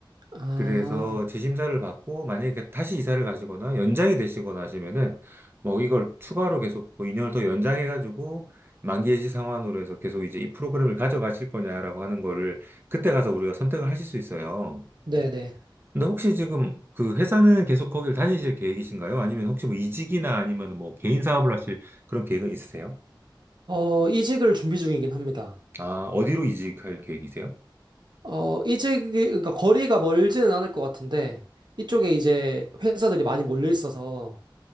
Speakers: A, on the right (about 60°); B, on the right (about 25°).
A: 아,
B: 그래서 재심사를 받고 만약에 그 다시 이사를 가시거나 연장이 되시거나 하시면은 뭐 이걸 추가로 계속 뭐 2년을 더 연장해가지고 만기예시 상환으로 해서 계속 이제 이 프로그램을 가져가실 거냐라고 하는 거를 그때 가서 우리가 선택을 하실 수 있어요.
A: 네네.
B: 근데 혹시 지금 그 회사는 계속 거기를 다니실 계획이신가요? 아니면 혹시 뭐 이직이나 아니면 뭐 개인 사업을 하실 그런 계획은 있으세요?
A: 어, 이직을 준비 중이긴 합니다.
B: 아, 어디로 이직할 계획이세요?
A: 어, 이직이, 그러니까 거리가 멀지는 않을 것 같은데, 이쪽에 이제 회사들이 많이 몰려 있어서